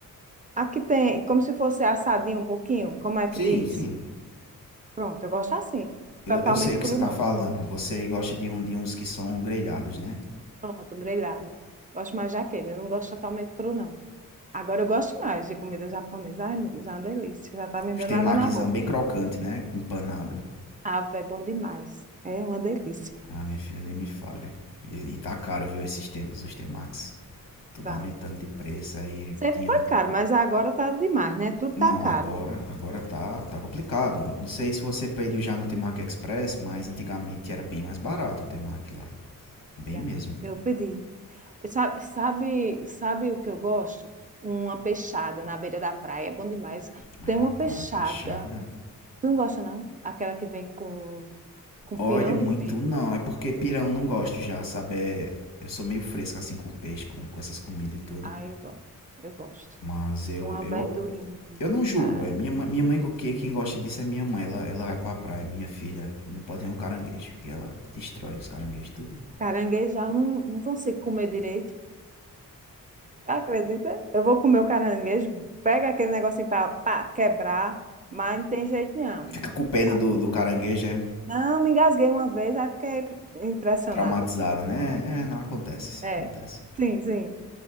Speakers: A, on the right; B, on the left.
A: Aqui tem, como se fosse assadinho um pouquinho, como é que
B: Sim,
A: diz?
B: sim.
A: Pronto, eu gosto assim,
B: Eu,
A: totalmente
B: eu sei o que
A: cru
B: você tá
A: não.
B: falando. Você gosta de, um, de uns que são grelhados, né?
A: Pronto, grelhado. Gosto mais daquele, eu não gosto totalmente cru, não. Agora eu gosto mais de comida japonesa. Ai, meu Deus, é uma delícia. Já tá me
B: Os
A: dando
B: temaquizão
A: água na boca.
B: bem crocante, né? Empanado.
A: ah é bom demais. É uma delícia.
B: Ah, minha filha, nem me fale. E, e tá caro, viu, esses tempos, os temax. Tudo
A: Tá.
B: aumentando de preço. Aí
A: Sempre
B: tinha
A: foi caro, mas agora tá demais, né? Tudo
B: Não,
A: tá caro.
B: agora, agora tá, tá complicado. Não sei se você pediu já no Temac Express, mas antigamente era bem mais barato o Temac lá. Bem
A: Olha,
B: mesmo.
A: Eu pedi. Eu Sabe, sabe, sabe o que eu gosto? Uma peixada na beira da praia. É bom demais.
B: Rapaz,
A: Tem uma peixada.
B: peixada.
A: Tu não gosta, não? Aquela que vem com, com
B: Olha,
A: pirão
B: muito
A: de peixe.
B: não. É porque pirão não gosto já, sabe? É- eu sou meio fresco assim com peixe, com, com essas comidas e tudo.
A: ah eu gosto. Eu gosto.
B: Mas eu,
A: Uma
B: eu,
A: verdurinha.
B: eu não julgo,
A: Ai,
B: é. Minha, minha mãe, que- quem gosta disso é minha mãe. Ela, ela vai pra praia, minha filha. Não pode nem um caranguejo, que ela destrói os caranguejos tudo.
A: Caranguejo já não, não consigo comer direito. Acredita? Eu vou comer o caranguejo, pega aquele negocinho para quebrar, mas não tem jeito não.
B: Fica com pena
A: Ah,
B: do, do caranguejo, é.
A: Não, me engasguei uma vez, aí fiquei impressionada.
B: traumatizada, né? É, não, acontece, isso
A: É,
B: acontece.
A: sim, sim.